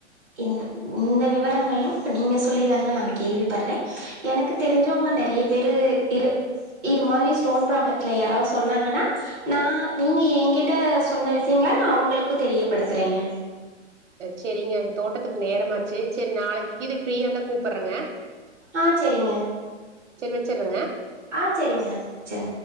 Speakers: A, in the centre; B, on the right.
A: இந்த இந்த விவரங்கள்லா இப்ப நீங்க சொல்லி தாங்க நா கேள்வி பட்றே எனக்கு தெரிஞ்சவங்க நெறய பேரு இரு இது மாரி ஸ்டோன் ப்ராப்ளத்துல யாராவ சொன்னாங்கன்னா நா நீங்க எங்கிட்ட சொன்ன விஷயங்கள நா அவங்களுக்கு தெரியப்படுத்துறேங்க
B: ச்சேரிங்க எனக்கு தோட்டத்துக்கு நேரமாச்சு சரி நாளைக்குக்கு இது ஃப்ரீயா இருந்தா கூப்பறங்க
A: ஆ சேரிங்க
B: வச்சர்றேங்க.
A: ஆ சேரிங்க ச